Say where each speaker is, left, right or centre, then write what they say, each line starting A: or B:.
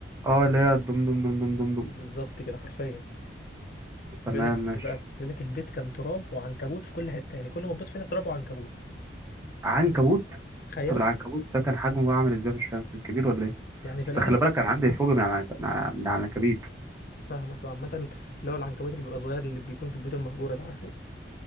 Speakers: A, on the right (about 15°); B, on the left (about 50°).
A: اه اللي هي دم دم دم دم دم دم
B: بالظبط كده حرفيا
A: تمام
B: بيقول لك
A: ماشي
B: ايه بقى بيقول لك البيت كان تراب وعنكبوت في كل حتة يعني كل ما تبص في حتة تراب وعنكبوت
A: عنكبوت
B: تخيل
A: طب العنكبوت ده كان حجمه بقى عامل ازاي مش فاهم كان كبير ولا ايه
B: يعني في
A: بس
B: الاغلب
A: خلي بالك كان عندي فوبيا من العنك- من الع- من العنكبيت
B: فاهمك وعامة اللي هو العنكبوت اللي بيبقى صغير اللي بيكون في البيوت المهجورة ده عارفه